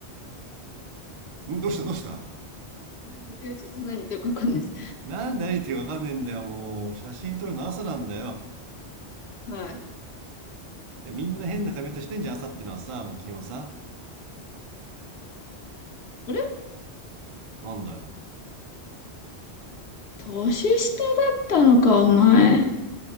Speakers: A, on the right; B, on the left.
A: んどうしたどうした
B: んないです。<laughs> いや、ちょっと何言ってるか分かんないです。
A: なんで何言ってるかわかんねえんだよ、もう。写真撮るの朝なんだよ。
B: はい。
A: いや、みんな変な髪型してんじゃん、朝ってのはさ、もう基本さ。
B: あれ
A: なんだよ。
B: 年下だったのか、お前。